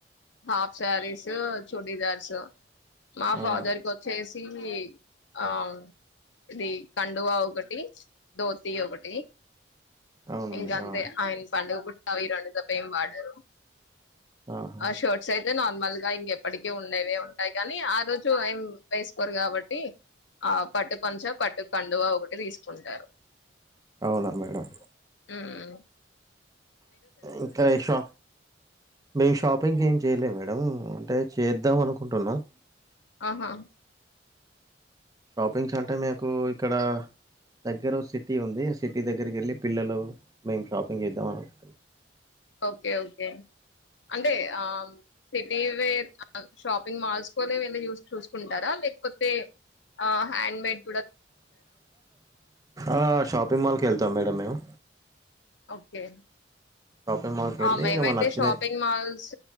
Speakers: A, on the left; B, on the right.
A: హాఫ్ శారీసు, చూడీదార్సు మా
B: ఆ
A: ఫాదర్ కి వచ్చేసి లుంగీ ఆ ఇది కండువా ఒకటి దోతి ఒకటి
B: అవునా
A: ఇంక
B: మేడం
A: అంతే
B: ఆ
A: ఆయన పండుగ పుట్ అవి రాని తప్ప ఏం వాడరు
B: ఆహా
A: ఆషోర్ట్ సైజ్ లెద్ నార్మల్ గా ఇంకెప్పటికీ ఉండేవే ఉంటాయి కానీ ఆ రోజు ఏం వేసుకోరు కాబట్టి ఆ పట్టు పంచా కట్టు కండువా ఒకటి తీస్ ఉంటారు
B: అవునా మేడం
A: మ్మ్
B: ఇంకా షాప్ మేము షాపింగ్ ఏం చేయలే మేడం మేడం అంటే చేద్దాం అనుకుంటున్నాం
A: ఆహా
B: షాపింగ్స్ అంటే మేకు ఇక్కడ దగ్గర సిటీ ఉంది. ఆ సిటీ దగ్గరికి వెళ్ళి పిల్లలు మేము షాపింగ్ చేద్దాం అనుకుం <inaudible>
A: ఓకే ఓకే అంటే ఆ సిటీవేర్ <inaudible> షాప్ <unintelligible> మాల్స్కోలే వెళ్లి చూస్ చూసుకుంటారా లేకపోతే ఆ హ్యాండ్ బ్యాగ్
B: ఆ షాప్ పెర్మాల్కి వెళ్తాం మేడం మేము
A: ఓకే
B: షాపింగ్ మాల్ కి వెళ్ళి
A: అమ
B: ఇగ
A: ఏమైతే
B: నచ్చినయి
A: షాపింగ్ మాల్స్